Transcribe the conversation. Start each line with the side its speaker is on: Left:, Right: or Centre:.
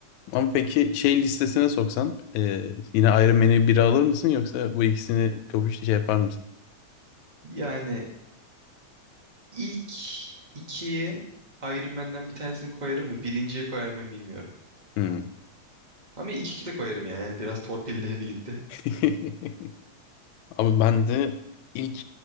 Left: Ama peki şey listesine soksan ee, yine Iron Man'i biri alır mısın yoksa bu ikisini kapış şey yapar mısın?
Right: Yani ilk ikiye Iron Man'den bir tanesini koyarım da birinciye koyar mıyım bilmiyorum.
Left: Hmm.
Right: Ama ilk iki de koyarım yani. Yani biraz torpille birlikte.
Left: <laughs> Abi ben de ilk